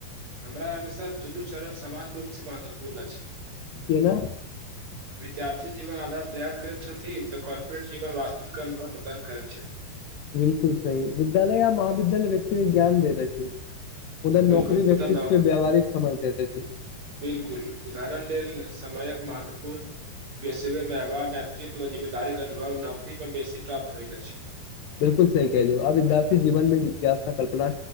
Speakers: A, on the right; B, on the left.
A: हमरा अनुसार दुनु चरण समान रूप से महत्वपूर्ण अछि।
B: केना
A: विद्यार्थी इहो आधार तैयार कर छथि त कॉर्पोरेट जीवन वास्तविक अनुभव प्रदान करैत छथि।
B: बिल्कुल सही विद्यालय या महाविद्यालय व्यक्ति के ज्ञान देबैय छै। हुनर
A: बिल्कुल
B: नौकरी
A: मुदा
B: व्यक्तित्व
A: नौक
B: के व्यावहारिक समान देखै छी।
A: बिल्कुल उदाहरण लेल समयक महत्वपूर्ण पेशेवर व्यवहार <unintelligible> जिममेदारी के अनुभव नोक तकरीबन बेसी प्राप्त होइत अछि
B: बिलकुल सही कहलियै, आब इ बात जीवन मे जिज्ञासा, कल्पना